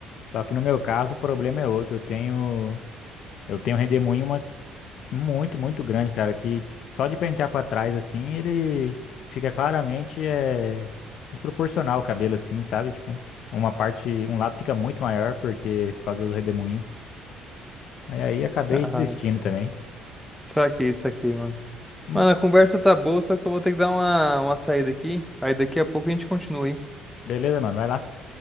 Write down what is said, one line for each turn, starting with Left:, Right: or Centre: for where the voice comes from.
Left: Só que no meu caso, o problema é outro. Eu tenho, eu tenho um redemoinho uma- muito, muito grande, cara, que só de pentear pra trás assim, ele fica claramente é, desproporcional o cabelo assim, sabe? Tipo, uma parte, um lado fica muito maior porque por causa do redemoinho. Aí, aí acabei
Centre: Ah,
Left: desistindo também.
Centre: isso aqui, isso aqui, mano.
Left: Hum,
Centre: Mano, a conversa tá boa, só que eu vou ter que dar uma, uma saída aqui. Aí daqui a pouco a gente continua, hein?
Left: Beleza, mano, vai lá.